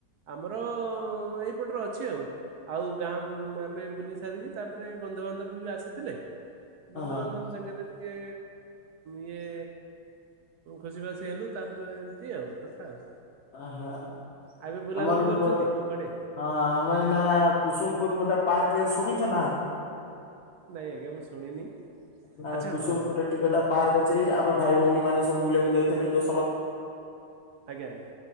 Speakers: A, on the right (about 70°); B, on the left (about 65°).
A: ଆମର ଏଇପଟରେ ଅଛି ଆଉ। ଆଉ ଗାଁ ଆମେ ବୁଲି ସାରିକି ତାପରେ ବନ୍ଧୁବାନ୍ଧବ ବି ଆସିଥିଲେ
B: ହଁ
A: ବନ୍ଧୁବାନ୍ଧବ
B: ହଁ
A: ସାଙ୍ଗରେ ଟିକେ ଇଏ ଖୁସି ବାସି ହେଲୁ ତାପରେ ଏମିତି ଆଉ କଥା ଆଉ।
B: ଆହା।
A: ଆଉ ଏବେ ବୁଲାବୁଲି
B: ଆମର ବି
A: କରୁଛନ୍ତି
B: ଭଲରେ
A: କୁଆଡେ?
B: ଆଁ ଆମେ ଏଇନା କୁସୁମପୁର କୋଟ ପାର୍କରେ ଶୁଣିଛ ନା?
A: ନାଇଁ ଆଜ୍ଞା ମୁଁ ଶୁଣିନି
B: ନା
A: ଆଚ୍ଛା
B: କୁସୁମପୁରରେ
A: ହଉ
B: ଟିକେଟା ପାର୍କ ଅଛି। ଆମେ ଭାଇ ଭଉଣୀ ମାନେ ସବୁ ବୁଲିବାକୁ ଯାଇଥିଲୁ ଦେ
A: ଆଜ୍ଞା ଆଜ୍ଞା।